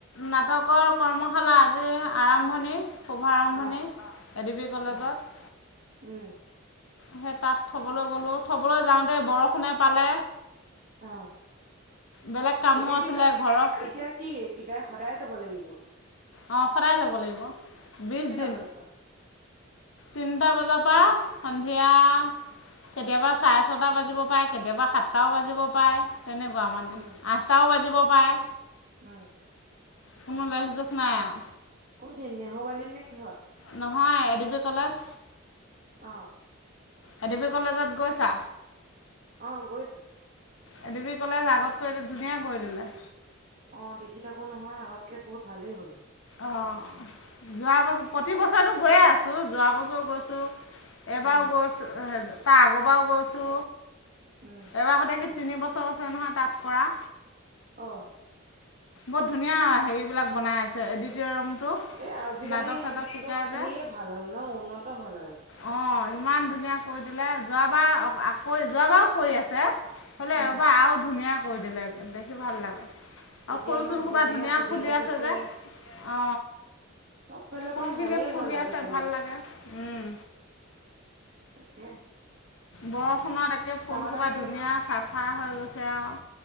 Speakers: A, on the left; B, on the right.
A: নাটকৰ কৰ্মশালা আজি আৰম্ভণি শুভাৰম্ভণি
B: অ',
A: এ ডি বি কলেজত।
B: অ', উম।
A: সে তাত থ'বলৈ গলোঁ, থ'বলৈ যাওঁতে বৰষুণে পালে।
B: অ।
A: বেলেগ কামো
B: এতিয়া
A: আছিলে
B: কি তাৰ
A: ঘৰৰ
B: এতিয়া কি পিতাই সদায় যাব লাগিব?
A: অ সদায় যাব লাগিব বিছ
B: কেইটা
A: দিন।
B: বজাৰ পৰা?
A: তিনিটা বজাৰ পৰা সন্ধিয়া কেতিয়াবা চাৰে ছটা বাজিব পায় কেতিয়াবা সাতটাও বাজিব পায়। তেনেকুৱা মানে
B: উম,
A: আঠটাও বাজিব পায়।
B: উম।
A: কোনো লেখযোখ নাই আও।
B: কোনখিনিত নেহুৱালিত নে কিহত?
A: নহয় এ ডি বি কলেজ।
B: অ।
A: এডি পি কলেজত গৈছা?
B: অ গৈছো।
A: এ ডি বি কলেজ আগতকৈ ধুনীয়া কৰি দিলে।
B: অ দেখি থাকো নহয় আগতকে বহুত ভালেই হ'ল।
A: অ যোৱা বছৰ প্ৰতি বছৰে গৈয়ে আছো যোৱা বছৰো গৈছো। এবাৰো
B: উম,
A: গৈছো তাৰ আগৰবাৰো গৈছো।
B: উম।
A: এবাৰ সতে সেই তিনি বছৰ আছে নহয় তাত কৰা।
B: অ।
A: বৰ ধুনীয়া হেৰিবিলাক বনাই আছে এডিটৰিয়ামটো।
B: এ আজিকালি
A: নাটক চাটক শিকাই
B: চব
A: যে
B: সেয়ে ভাল হ'ল ন উন্নত হ'ল আৰু।
A: অ ইমান ধুনীয়া কৰি দিলে যোৱাবাৰ আকৌ যোৱাবাৰো কৰি আছে। হ'লে
B: উম,
A: এবাৰ আৰু ধুনীয়া কৰি দিলে, দেখি ভাল লাগ- অ
B: এতিয়া
A: ফুল
B: ইমান
A: চুল সোপা ধুনীয়া
B: সুবিধা
A: ফুলি আছে
B: দিছে।
A: যে, অ।
B: চব ফালৰ
A: ফুল
B: পৰা
A: খিনি
B: ভালেই
A: ফুলি
B: হ'ল আজিকালি।
A: আছে ভাল লাগে উম।
B: তাকে।
A: বৰষুণত এক কে ফুলসোবা
B: ডাঙৰ দা কি
A: ধুনীয়া
B: কৰিছে?
A: চাফা হৈ গৈছে আও